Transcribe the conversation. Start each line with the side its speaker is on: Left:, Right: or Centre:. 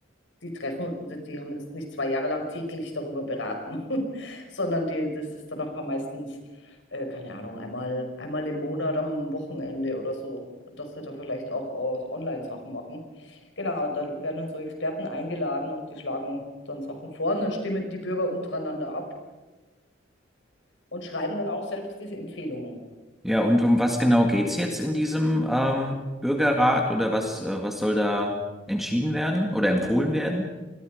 Left: die treffen, die, die haben jetzt nicht zwei Jahre lang täglich darüber beraten, <laughs> sondern die, das ist dann auch meistens, äh, keine Ahnung, einmal, einmal im Monat am Wochenende oder so, dass sie da vielleicht auch äh, Online-Sachen machen. Genau, da werden dann so Experten eingeladen und die schlagen dann Sachen vor und dann stimmen die Bürger untereinander ab. und schreiben dann auch selbst diese Empfehlungen.
Centre: Ja, und um was genau geht's jetzt in diesem, ähm, Bürgerrat oder was, äh, was soll da entschieden werden oder empfohlen werden?